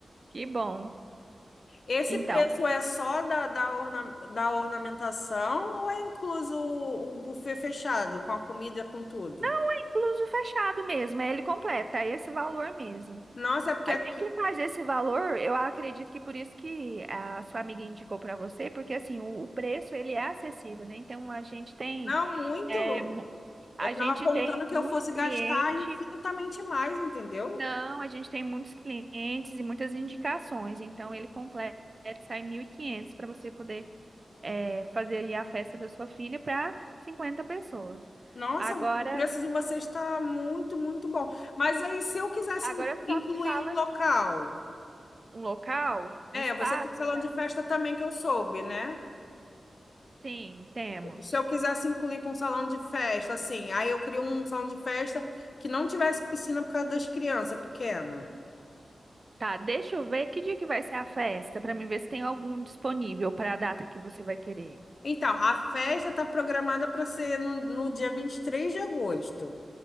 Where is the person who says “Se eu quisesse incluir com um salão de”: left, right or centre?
Left